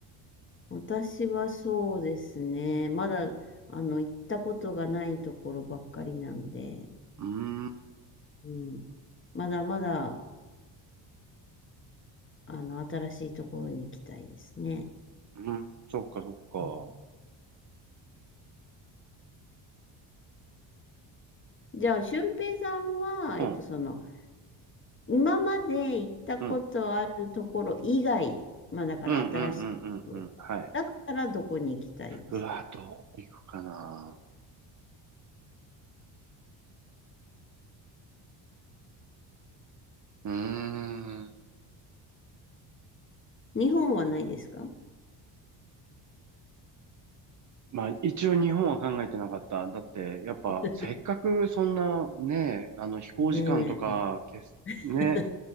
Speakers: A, on the left; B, on the right.
A: 私はそうですね。まだ、あの、行ったことがないところばっかりなんで、
B: うーん、
A: うん。まだまだ、あの、新しいところに行きたいですね。
B: うん、そっか、そっか。
A: うんじゃあ、俊平さんは、
B: うん、
A: えっと、その、今まで行ったことあるところ以外、
B: うん、
A: まあ、だから新しいところ、
B: うん、うん、うん、うん、うん、はい。
A: だったらどこに行きたいです
B: うわ、どう行くかな。うーん。
A: 日本はないですか
B: まあ、一応日本は考えてなかった。だって、やっぱ、
A: <laughs>
B: せっかくそんなね、あの飛行時間とか、
A: ね
B: けすね、
A: え。